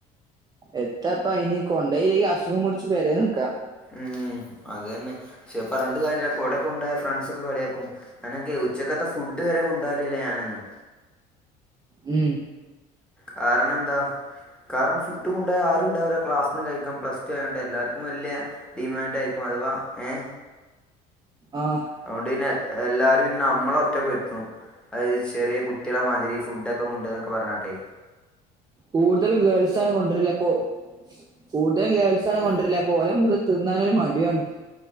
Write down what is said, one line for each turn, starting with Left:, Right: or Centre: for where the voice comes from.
Right: എത്താ അപ്പ ഇനി കൊണ്ടോയിലൽ അസുഖം പിടിച് പേരെനിക്കാം
Centre: ഉം അതതന്നെ പക്ഷേ പറഞ്ഞിട്ട് കാര്യഇല്ല കൊടകൊണ്ടുപോയ ഫ്രണ്ട്സ് ഒക്കെ കളിയാക്കും ഞാനൊക്കെ ഉച്ചക്ക എന്ത ഫുഡ് വരെ കൊണ്ടാവലല്ലേ ഞാനന്നും
Right: ഉം
Centre: കാരണം എന്താ കാരണം ഫുഡ് കൊണ്ട്പോയാ ആരുണ്ടാവില്ല ക്ലാസ്ന്ന് കഴിക്കാം പ്ലസ് ടു ആയതണ്ട് എല്ലാവർക്കും വല്യ ഡിമാൻഡാ ആയിമാറി. അഥവാ ഏ
Right: ആഹ്
Centre: അതുകൊണ്ട് പിന്നെ എല്ലാരും പിന്നെ നമ്മളെ ഒറ്റ പടുത്തും അത് ചെറിയ കുട്ടികളെ മാതിരി ഫുഡൊക്കെ കൊണ്ടവന്നന്നൊക്കെ പറഞ്ഞട്ടെ
Right: കൂടുതലും ഗേൾസ് ആണ് കൊണ്ടുവരല് അപ്പൊ കൂടുതലും ഗേൾസാണ്
Centre: ഞാൻ
Right: കൊണ്ടുവരല് പോലെ മുമ്പി തിന്നാനൊരു മടിയും ആണ്